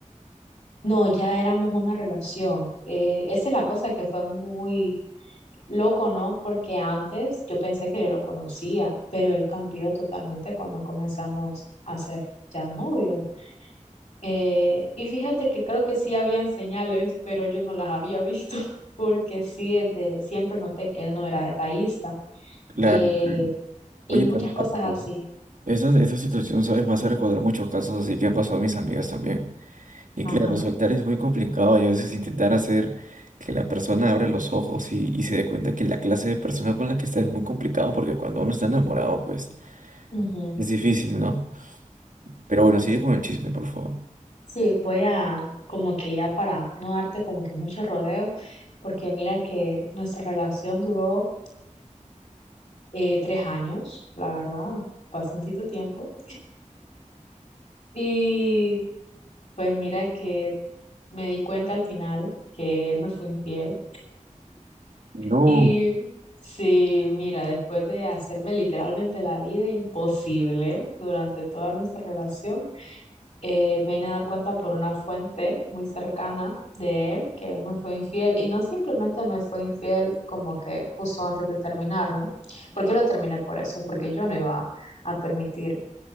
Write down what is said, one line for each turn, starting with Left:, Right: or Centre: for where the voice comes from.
Left: No, ya éramos una relación. Eh, esa es la cosa que fue muy Loco, ¿no? Porque antes yo pensé que yo lo conocía, pero él cambió totalmente cuando comenzamos a ser ya novios. Eh, y fíjate que creo que sí habían señales, pero yo no las había visto, <laughs> porque sí, desde siempre noté que él no era detallista,
Right: Claro,
Left: que,
Right: claro.
Left: y
Right: Oye,
Left: muchas
Right: Camila,
Left: cosas
Right: pero
Left: así.
Right: esa, esa situación, ¿sabes? Me hace recordar muchos casos así que han pasado a mis amigas también. Y
Left: Ajá.
Right: claro, soltar es muy complicado y a veces intentar hacer que la persona abra los ojos y, y se dé cuenta que la clase de persona con la que está es muy complicado porque cuando uno está enamorado, pues
Left: ujú.
Right: es difícil, ¿no? Pero bueno, sigue con el chisme, por favor.
Left: Sí, voy a, como que ya para no darte como que mucho rodeo, porque mira que nuestra relación duró eh, tres años, la verdad, bastantito tiempo. Y pues mira que me di cuenta al final que él me fue infiel.
Right: No,
Left: Y sí, mira, después de hacerme literalmente la vida imposible durante toda nuestra relación, eh, me vine a dar cuenta por una fuente muy cercana de él que él me fue infiel. Y no simplemente me fue infiel como que justo antes de terminar, ¿no? Porque lo terminé por eso, porque yo no iba a permitir